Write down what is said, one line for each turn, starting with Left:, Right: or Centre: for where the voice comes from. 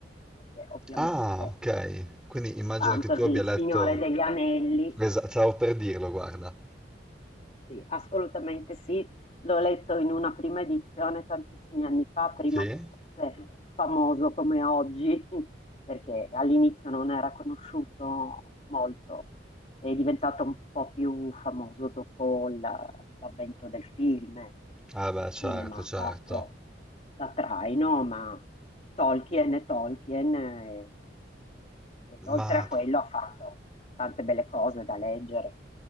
Left: perché ovviamente
Centre: Ah, ok. Quindi immagino
Left: fantasy,
Centre: che tu abbia
Left: il
Centre: letto...
Left: Signore degli Anelli,
Centre: Esatto,
Left: sì.
Centre: stavo per dirlo, guarda.
Left: Sì, assolutamente sì, l'ho letto in una prima edizione tantissimi anni fa, prima
Centre: Sì?
Left: che fosse famoso come oggi, <laughs> perché all'inizio non era conosciuto molto, è diventato un po' più famoso dopo la- l'avvento del film, ecco.
Centre: Ah beh,
Left: il cinema
Centre: certo, certo.
Left: Mm. ha fatto da traino, ma Tolkien è Tolkien e, e oltre
Centre: Ma
Left: a quello ha fatto tante belle cose da leggere.